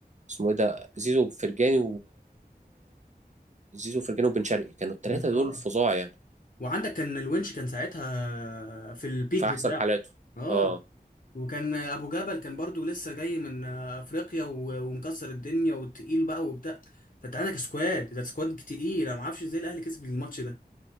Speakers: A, on the right (about 45°); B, on the left (about 55°).
A: اسمه ايه ده زيزو وفرجاني زيزو وفرجاني وبن شرقي كانوا الثلاثه
B: بن...
A: دول
B: اه
A: فظاع يعني
B: وعندك كان الونش كان ساعتها في البيك
A: في
B: بتاعه
A: احسن حالاته
B: اه
A: اه
B: وكان ابو جبل كان برضو لسه جاي من آه، افريقيا و... ومكسر الدنيا وتقيل بقى وبتاع فانت عندك سكواد ده سكواد تقيل انا ما اعرفش ازاي الاهلي كسب الماتش ده